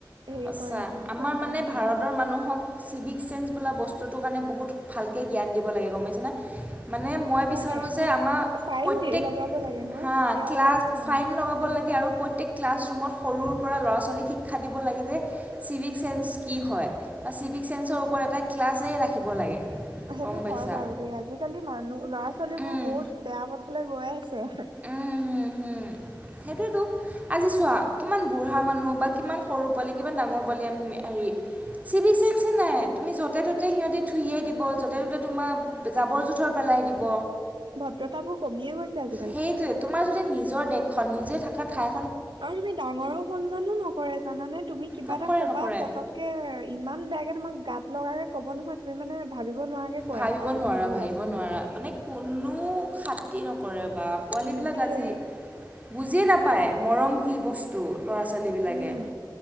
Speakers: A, on the right; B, on the right.
A: হেৰি
B: আচ্ছা
A: কৰে তেন্তেতো
B: আমাৰ
A: এনেকুৱা
B: মানে
A: নকয়
B: ভাৰতৰ
A: ন'
B: মানুহক চিভিক-চেন্স বোলা বস্তুটোৰ কাৰণে বহুত ভালকৈ জ্ঞান দিব লাগে গম পাইছেনে। মানে মই
A: সঁচাকে।
B: বিচাৰোঁ যে আমাৰ
A: ফাইন
B: প্ৰত্যেক
A: দি লগাব লাগে ন'
B: হা
A: তেতিয়া
B: ক্লাছ
A: অলপ মানে
B: ফাইন লগাব লাগে আৰু প্ৰত্যেক ক্লাছৰুমত সৰুৰ পৰা ল'ৰা-ছোৱালীক শিক্ষা দিব লাগে যে চিভিক চেস কি হয় বা চিভিক চেন্সৰ ওপৰত এটা ক্লাছে ৰাখিব লাগে।
A: সেইটো
B: গম পাইছা
A: হয় বাৰু দেই। আজিকালি মানুহ ল'ৰা-ছোৱালী
B: কাৰণ
A: বোৰ বহুত বেয়া পথলৈ গৈ আছে।
B: উম হম উম। সেইটতো আজি চোৱা কিমান বুঢ়া মানুহ বা কিমান সৰু পোৱালি কিমান ডাঙৰ পোৱালি আমি হেৰি চিভ চেসন নাই। তুমি যতে ত'তে সিহঁতে থুইয়াই দিব তাতে ততে তোমাৰ জাবৰ জোঁথৰ পেলাই দিব।
A: ভদ্ৰতা বোৰ কমিয়ে গৈছে আজি।
B: সেইটোয়ে তোমাৰ যদি নিজৰ দেশখন নিজে থকা ঠাই
A: আৰু তুমি ডাঙৰো সন্মানো নকৰে জানানে? তুমি কিবা
B: নকৰে
A: এটা কবা
B: নকৰে
A: পতককে ইমান তোমাক গাত লগাকে ক'ব নহয় তুমি মে ভাবিব নোৱাৰাকে কয়
B: ভাবিব
A: আজিকালি
B: নোৱাৰা
A: সৰু
B: ভাবিব
A: ল'ৰা ছোৱালীয়েও
B: নোৱাৰা। মানে কোনো খতি নকৰে বা পোৱালিবিলাক
A: নিদিয়ে
B: আজি বুজিয় নাপায় মৰম কি বস্তু। ল'ৰা-ছোৱালীবিলাকে?
A: উম